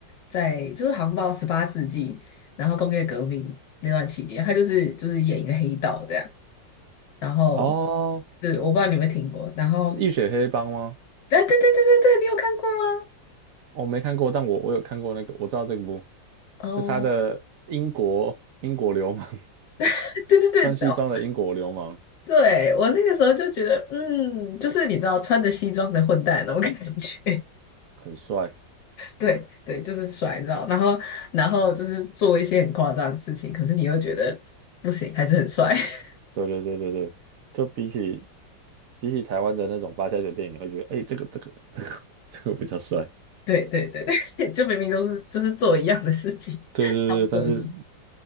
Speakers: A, on the left; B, on the right.
A: 在就是航像到十八世纪，然后工业革命那段期间，他就是就是演一个黑道这样。然后，
B: 哦，
A: 对，我不知道你有没有听过。然后，
B: 是《浴血黑帮》吗？
A: 哎、对对对对对，你有看过吗？
B: 我没看过，但我我有看过那个，我知道这个部，
A: 哦，
B: 就他的英国英国流氓，<laughs>
A: <laughs> 对对对，
B: 穿西装的英国流氓
A: 哦，对，我那个时候就觉得，嗯，就是你知道穿着西装的混蛋那种感觉。
B: 很帅。
A: 对对，就是甩绕，然后然后就是做一些很夸张的事情，可是你又觉得不行，还是很帅。<laughs>
B: 对对对对对，就比起比起台湾的那种八家酒店，你会觉得哎、这个这个这个这个比较帅。
A: 对对对对，<laughs> 就明明都是就是做一样的事情，
B: 对对对，
A: <laughs> 差不多的事情
B: 但是